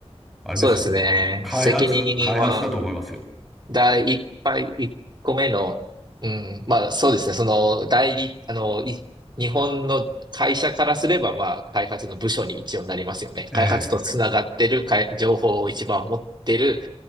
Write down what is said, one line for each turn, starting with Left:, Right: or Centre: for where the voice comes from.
Centre: あれですよね。
Right: そうですね。
Centre: 開発、
Right: 責任は
Centre: 開発だと思いますよ。
Right: 第一杯、一個目の、うん、まあそうですね、その代理、あの、い日本の会社からすれば、まあ開発の部署に一応なりますよね。
Centre: え
Right: 開発とつながってる、かい情報を一番持ってる